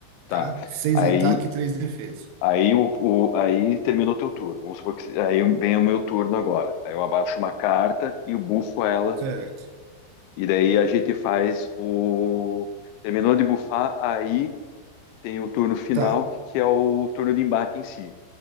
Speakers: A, on the left (about 80°); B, on the right (about 80°).
A: Tá.
B: tá? 6
A: Aí,
B: ataque e 3 defesa,
A: aí, o, o- aí terminou teu turno. Vamos supor que aí vem o meu turno agora. Aí eu abaixo uma carta e eu bufo ela.
B: certo?
A: E daí a gente faz o. Terminou de bufar, aí tem o turno final,
B: Tá.
A: que, que é o turno de embate em si.